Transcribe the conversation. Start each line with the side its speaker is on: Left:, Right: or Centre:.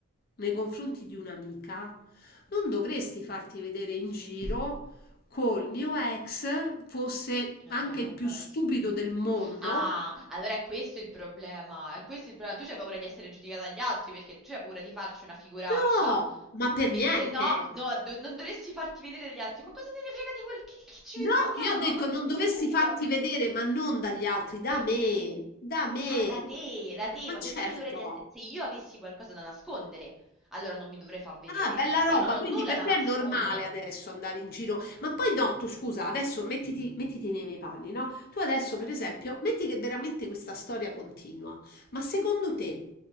Left: nei confronti di un'amica, non dovresti farti vedere in giro col mio ex fosse
Centre: Eh,
Left: anche il
Centre: vabbè,
Left: più stupido
Centre: sì.
Left: del mondo.
Centre: Ah, allora è questo il problema. È questo il problema. Tu c'hai paura di essere giudicata dagli altri perché tu c'hai paura di farci una figuraccia.
Left: No, ma per
Centre: Perché
Left: niente.
Centre: eh no, no, do- non dovresti farti vedere dagli altri. Ma cosa te ne frega di quel che, che ci vedono
Left: No,
Centre: gli
Left: io
Centre: altri?
Left: ho detto
Centre: Ma cosa
Left: non
Centre: te
Left: dovresti
Centre: ne frega?
Left: farti vedere, ma non dagli altri, da
Centre: Perché?
Left: me, da me.
Centre: Ah, da te, da te,
Left: Ma
Centre: ma
Left: certo.
Centre: perché mi dovrei... riaste- Se io avessi qualcosa da nascondere, allora non mi dovrei far vedere.
Left: Ah, bella roba,
Centre: Ma io non ho
Left: quindi
Centre: nulla
Left: per
Centre: da
Left: te
Centre: nascondere.
Left: è normale adesso andare in giro, ma poi no, tu scusa, adesso mettiti, mettiti nei miei panni, no? Tu adesso, per esempio,
Centre: Mm.
Left: metti che veramente questa storia continua, ma secondo te,